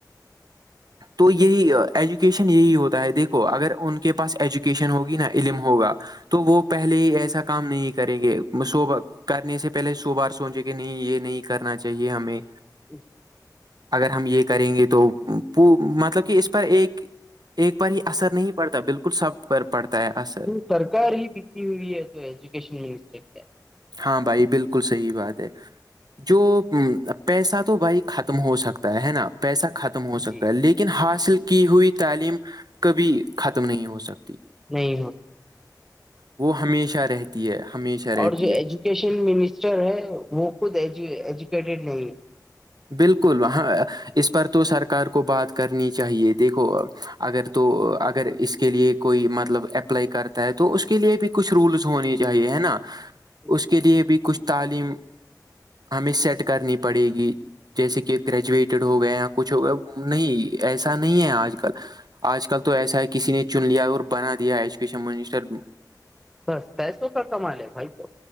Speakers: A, on the right; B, in the centre.
A: تو یہی ایجوکیشن یہی ہوتا ہے دیکھو اگر ان کے پاس ایجوکیشن ہوگی نا علم ہوگا تو وہ پہلے ہی ایسا کام نہیں کریں گے صوب کرنے سے پہلے سو بار سوچے کہ نہیں یہ نہیں کرنا چاہیے ہمیں
B: اچ
A: اگر ہم یہ کریں گے تو وہ مطلب کہ اس پر ایک ایک پر ہی اثر نہیں پڑتا بالکل سب پر پڑتا ہے اثر
B: سرار ہی بک ہوئی ہے تو ایجوکیشن منسٹر کے
A: ہاں بھائی بالکل صحیح بات ہے جو پیسہ تو بھائی ختم ہو سکتا ہے نا پیسہ ختم ہو سکتا
B: جی
A: ہے لیکن حاصل کی ہوئی تعلیم کبھی ختم نہیں ہو سکتی
B: نہیں ہو
A: وہ ہمیشہ رہتی ہے ہمیشہ رہتی
B: اور جو
A: ہے
B: ایجوکیشن منسٹر ہے وہ خود ایجوکیٹیڈ نہیں ہے
A: بالکل وہاں اس پر تو سرکار کو بات کرنی چاہیے دیکھو اگر تو اگر اس کے لیے کوئی مطلب اپلائی کرتا ہے تو اس کے لیے بھی کچھ رولز ہونے چاہیے ہے نا
B: <inaudible>
A: اس کے لیے بھی کچھ تعلیم ہمیں سیٹ کرنی پڑے گی جیسے کہ گریجویٹیڈ ہو گیا یا کچھ ہو گیا نہیں ایسا نہیں ہے آج کل آج کل تو ایسا ہے کسی نے چن لیا اور بنا دیا ایجوکیشن منسٹر
B: بس پیسوں کا کما لے بھائی تو